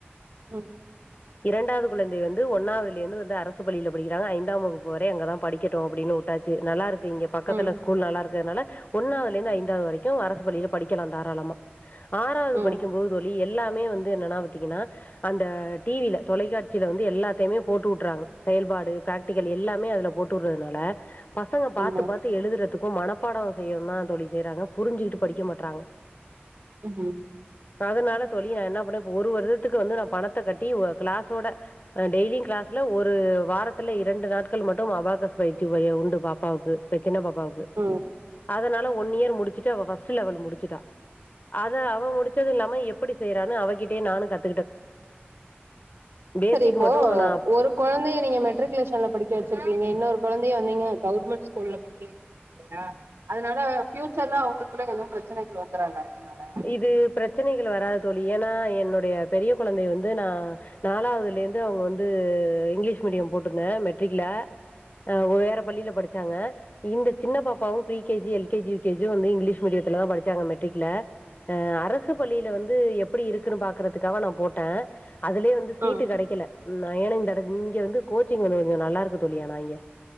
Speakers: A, on the right (about 80°); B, on the left (about 45°).
A: ம்
B: இரண்டாவது குழந்தை வந்து ஒன்னாவ லேந்து அரசு பள்ளில படிக்கிறாங்க ஐந் தாம் வகுப்புவரை அங்கதா படிக்கட்டூ அப்டின்னு உட்டாச்சு நல்லாருக் இங்க பக்கத்துல
A: ம்
B: இருக்கிறத்னால ஒன்னாவதுலேந்து ஐந்தாவது வரைக்கூ அரசு பள்ளியில படிக்கலா தாராளமா ஆறாவது
A: ம்
B: படிக்கும்போது தோழி எல்லாமே வந்து என்னன்னா பாத்தீங்கன்னா அந்த டிவில தொலைக்காட்சியில வந்து எல்லாத்தையுமே போட்டுவுட்டுறாங்க செயல்பாடு பிராக்டிக்கல் எல்லாமே அதுல போட்டுவுடுறதுனால பசங்க பாத்து
A: ஆமா
B: பாத்து எழுதுறதுக் கூ மனப்பாடோ செய்யவூ தா தோழி செய்றாங்க புரிஞ்சுக்கிட்டு படிக்க மாட்றாங்க
A: ம்ம்
B: அதனால தோழி நா என்ன பண்ணே இப்ப ஒரு வருடத்துக்கு வந்து நா பணத்த கட்டி ஒ கிளாஸோட டெய்லியூ கிளாஸ்ல ஒரு வாரத்துல இரண்டு நாட்கள் மட்டூ அபாக்கஸ் பயிற்சி வை உண்டு பாப்பாவுக்கு சின்ன பாப்பாவுக்கு
A: ம்
B: அதனால ஒன் இயர் முடிச்சுட் டு அவ ஃபஸ்ட் லெவல் முடிச்சுட்டா அத அவ முடிச்சது இல்லாம எப்படி செய்யறானு அவகிட் அப்டி நானூ கத் பேசிக்
A: செரி இப்போ
B: மட்டு நா
A: ஒரு கொழந்தைய நீங்க மெட்ரிகுலேஷன்ல படிக்க வச்சிருக்கீங்க இன்னொருக் கொழந்தைய வந்தீங்க கவுர்மெண்ட் ஸ்கூல்ல படிக்க வக்றீங்க இல்லையா அதனால ஃபியூச்சர்ல அவங்களுக்குள்ள எதுவூ ப்ரச்சனைகள் வந்துராதா இதனால
B: இது பிரச்சனைகள் வராது தோழி ஏன்னா என்னுடைய பெரிய கொழந்தைய வந்து நா நாலாவதுலேந்து அவுங்க வந்து இங்கிலீஷ் மீடியோ போட்டிருந்தே மெட்ரிக்ல அ வேற பள்ளியில படிச்சாங்க இந்த சின்ன பாப்பாவு pre K G L K G U K G வந்து இங்கிலீஷ் மீடியத்துல தா படிச்சாங்க மெட்ரிக்ல அ அரசு பள்ளில வந்து எப் ப்டி இருக்கூன்னு பாக்கறதுக்கா நா போட்டே அதுலயே வந்து சீட்டு
A: ம்
B: கெடைக்கல நா ஏன்னா இந்த எட இங்க வந்து கோச்சிங் வந்து கொஞ்சோ நல்லாருக்கு சொல்லியா நா இங்க